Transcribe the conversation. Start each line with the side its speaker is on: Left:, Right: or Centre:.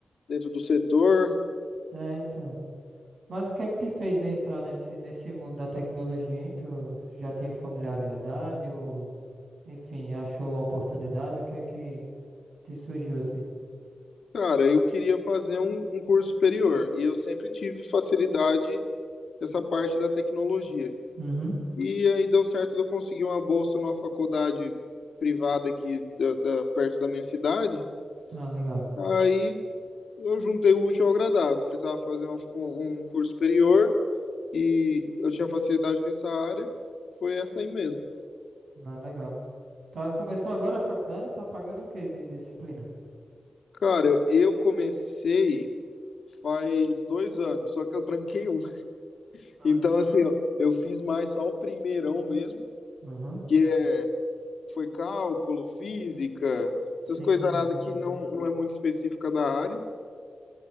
Left: dentro do setor.
Right: É, então. Mas o que é que te fez entrar nesse, nesse mundo da tecnologia, hein? Tu já tinha familiaridade ou, enfim, achou uma oportunidade? O que é que te surgiu assim?
Left: Cara, eu queria fazer um, um curso superior e eu sempre tive facilidade nessa parte da tecnologia.
Right: Uhum.
Left: E aí deu certo de eu conseguir uma bolsa numa faculdade privada aqui da, da- perto da minha cidade.
Right: Ah, legal.
Left: Aí eu juntei o útil ao agradável. Precisava fazer uma- um, um curso superior e eu tinha facilidade com essa área. Foi essa aí mesmo.
Right: Ah, legal. Tá, começou agora a faculdade e tá pagando o quê de disciplina?
Left: Cara, eu comecei faz dois anos, só que eu tranquei um. <laughs>
Right: Ah,
Left: Então,
Right: entendi.
Left: assim, eu, eu fiz mais só o primeirão mesmo,
Right: Uhum.
Left: que é, foi cálculo, física, essas
Right: Sim,
Left: coisas
Right: sim,
Left: nada
Right: sim.
Left: que não, não é muito específica da área.